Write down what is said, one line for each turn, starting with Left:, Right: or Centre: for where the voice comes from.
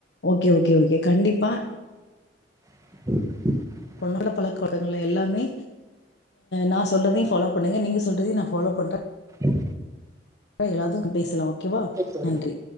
Left: ஓகே ஓகே ஓகே கண்டிப்பா
Right: <inaudible>
Left: பொன்னாட பழக்கவழ கங்கள் எல்லாமே நான் சொல்றதையும் பாலோ பண்ணுங்க நீங்க சொல்றதையும் நான் பாலோ பண்ணறேன்
Right: ம்
Left: <unintelligible> பேசலாம் ஓகே வா
Right: தோழி
Left: நன்றி